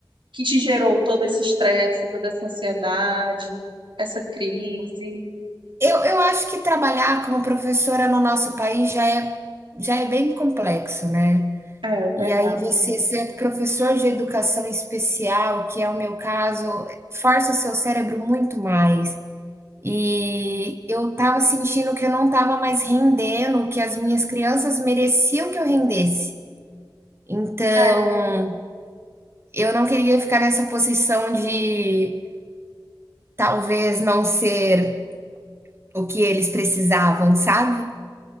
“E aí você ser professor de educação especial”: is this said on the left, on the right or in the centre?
Right